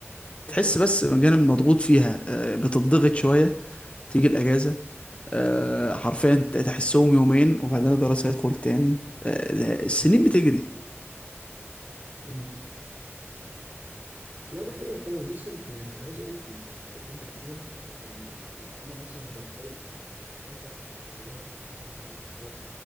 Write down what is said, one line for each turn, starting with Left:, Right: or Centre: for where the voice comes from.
Right: ده
Left: تحس
Right: صح
Left: بس بالجانب المضغوط فيها آه، بتضغط شوية تيجي الأجازة
Right: مم،
Left: آه، حرفيا ت- تحسهم يومين وبعدين الدراسة هيدخل تاني آه، لا، السنين بتجري
Right: مم. لا ده حقيقة فعلا بص يعني أنا عايز أقول لك في ال- في الحتة دي تحديدا يعني آه، أنا مثلا بلاقي إن أنت في الكلية بتاعتي مثلا هي كلية آثار